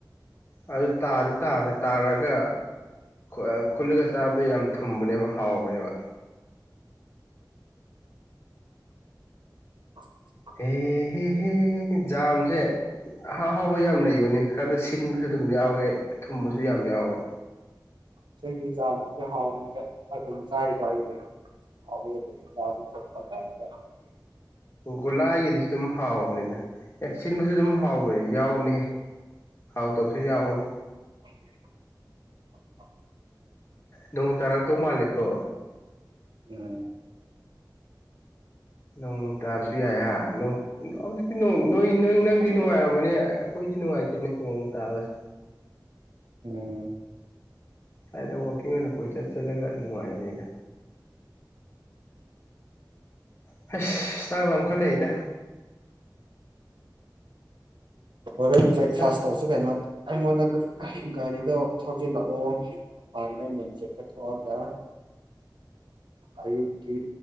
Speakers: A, on the left; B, on the right.
A: ꯑꯗꯨ ꯇꯥꯗꯤ ꯇꯥꯕꯅꯦ ꯇꯥꯔꯒ ꯑꯥ ꯈꯨꯜꯂꯒ ꯆꯥꯕꯗꯣ ꯌꯥꯝ ꯊꯨꯝꯕꯅꯦꯕ ꯍꯥꯎꯕꯅꯦꯕ
B: <inaudible>
A: ꯍꯦ ꯍꯦ ꯍꯦ ꯖꯥꯝꯁꯦ ꯑꯍꯥꯎ ꯑꯍꯥꯎꯕ ꯌꯥꯝ ꯂꯩꯕꯅꯦ ꯈꯔ ꯁꯤꯟꯕꯁꯨ ꯑꯗꯨꯝ ꯌꯥꯎꯋꯦ ꯊꯨꯝꯕꯁꯨ ꯌꯥꯝ ꯌꯥꯎꯋꯦ
B: ꯆꯤꯒꯤ ꯖꯥꯝ ꯍꯥꯎꯕꯅꯤꯗ ꯑꯗꯨꯝ ꯆꯥꯏꯗ ꯑꯩꯗꯤ ꯍꯥꯎꯕꯅꯤ ꯆꯥꯕ ꯆꯠꯄ ꯀꯥꯟꯗ
A: ꯒꯣꯂꯥꯏꯒꯤꯗꯨꯁꯨ ꯑꯗꯨꯝ ꯍꯥꯎꯕꯅꯤꯗ ꯑꯦ ꯁꯤꯟꯕꯁꯨ ꯑꯗꯨꯝ ꯍꯥꯎꯕ ꯌꯥꯎꯕꯅꯤꯍꯦ ꯍꯥꯎꯇꯕꯁꯨ
B: ꯎꯝ
A: ꯌꯥꯎꯕꯅꯦ
B: <unintelligible>
A: ꯅꯣꯡ ꯇꯔꯥꯛꯇꯧ ꯃꯥꯜꯂꯤꯀꯣ
B: ꯎꯝ
A: ꯅꯪ ꯇꯥꯔꯁꯨ ꯌꯥꯏ ꯍꯥ ꯅꯣꯡ ꯍꯧꯖꯤꯛꯇꯤ ꯅꯣꯡ ꯅꯣꯏ ꯅꯪ ꯅꯪꯗꯤ ꯅꯨꯡꯉꯥꯏꯔꯝꯃꯅꯤ ꯑꯩꯈꯣꯏꯗꯤ ꯅꯨꯡꯉꯥꯏꯇꯦꯅꯦ ꯅꯣꯡ ꯇꯥꯕꯁꯦ
B: ꯎꯝ
A: ꯁ꯭ꯋꯥꯏꯗ ꯋꯥꯀꯤꯡ ꯑꯣꯏꯅ ꯀꯣꯏꯆꯠ ꯆꯠꯂꯒ ꯅꯨꯡꯉꯥꯏꯕꯅꯤꯗ ꯍꯁ ꯆꯥꯡ ꯂꯥꯝꯈꯠꯂꯛꯏꯗ
B: ꯍꯣꯔꯦꯟ ꯕ꯭ꯔꯦꯛꯐꯥꯁ
A: ꯆꯥꯛ
B: ꯇꯧꯁꯦ ꯀꯩꯅꯣ ꯑꯩꯉꯣꯟꯗ ꯒꯥꯔꯤ ꯒꯥꯔꯤꯗꯣ ꯊꯧꯖꯤꯜꯂꯛꯑꯣ ꯗꯨꯀꯥꯟꯗ ꯃꯦꯟ ꯒꯦꯠꯇ ꯊꯣꯛꯑꯒ ꯑꯌꯨꯛꯀꯤ